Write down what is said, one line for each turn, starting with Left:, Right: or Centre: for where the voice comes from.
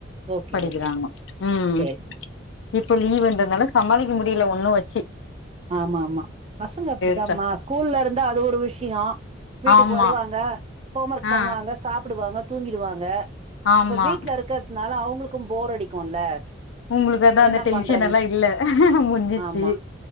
Right: ஓகே
Left: படிக்கிறாங்கோ
Right: ஓகே
Left: ம்
Right: சேரி
Left: இப்ப லீவ்ன்றத்னால சமாளிக்க முடியில ஒண்ணு வச்சி
Right: ஆமா ஆமா பசங்க அப்டிதாமா
Left: ஸ்ட
Right: ஸ்கூல்ல இருந்தா அது ஒரு விஷியோ வீட்டுக்கு
Left: ஆமா
Right: வருவாங்க ஹோம் ஒர்க்
Left: ஆ
Right: பண்ணுவாங்க சாப்புடுவாங்க தூங்கிடுவாங்க
Left: ஆமா
Right: இப்ப வீட்ல இருக்கறத்னால அவுங்களுக்கு போர் அடிக்குல்ல
Left: உங்களுக்கு அதா
Right: என்ன
Left: அந்த டென்ஷன்
Right: பண்றது
Left: எல்லா இல்ல முட்ஞ்சிச்சி
Right: ஆமா